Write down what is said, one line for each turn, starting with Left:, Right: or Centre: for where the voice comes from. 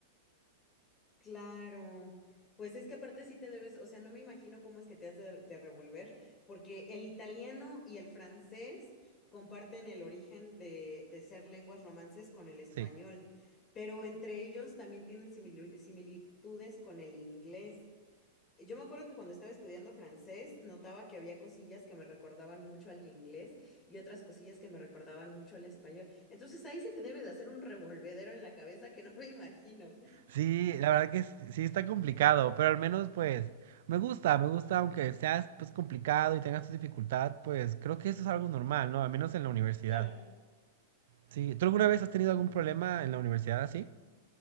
Left: claro. Pues es que aparte sí te debes, o sea, no me imagino cómo es que te has de, de revolver, porque el italiano y el francés comparten el origen de, de ser lenguas romances con el español,
Right: Sí.
Left: pero entre ellos también tienen simili- similitudes con el inglés. Eh, Yo me acuerdo que cuando estaba estudiando francés, notaba que había cosillas que me recordaban mucho al inglés y otras cosillas que me recordaban mucho al español. Entonces ahí se te debe de hacer un revolvedero en la cabeza que no me imagino.
Right: Sí, la verdad que s- sí está complicado, pero al menos pues me gusta, me gusta aunque seas pues complicado y tengas tu dificultad, pues creo que eso es algo normal, ¿no? Al menos en la universidad.
Left: Claro.
Right: Sí, ¿tú alguna vez has tenido algún problema en la universidad así?